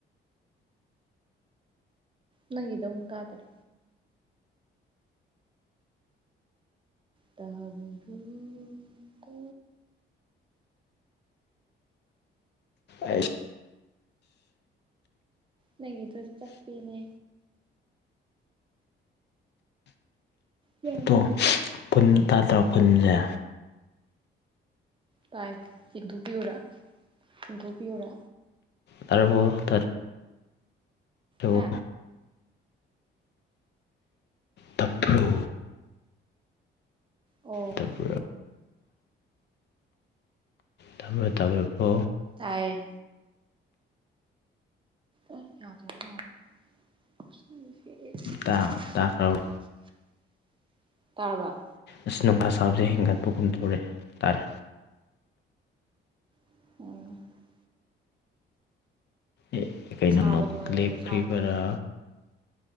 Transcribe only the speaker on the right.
ꯅꯪꯒꯤꯗ ꯑꯃꯨꯛ ꯇꯥꯗꯔꯦ ꯇꯥꯕꯔꯨꯝ ꯀꯣ
ꯅꯪꯒꯤꯗꯨ ꯆꯠꯄꯤꯅꯦ ꯌꯥꯗ꯭ꯔꯦ
ꯇꯥꯏ ꯆꯤꯡꯊꯣꯛꯄꯤꯌꯨꯔ ꯆꯤꯡꯊꯣꯛꯄꯤꯌꯨꯔ
ꯍꯥ
ꯑꯣ
ꯇꯥꯏꯌꯦ ꯑꯩ <unintelligible> <unintelligible>
ꯇꯔꯕꯥ
<unintelligible>
ꯁꯥꯕꯗꯣ ꯍꯥꯏꯌꯨ
ꯅꯨꯡꯁꯥ ꯅꯠꯇꯦ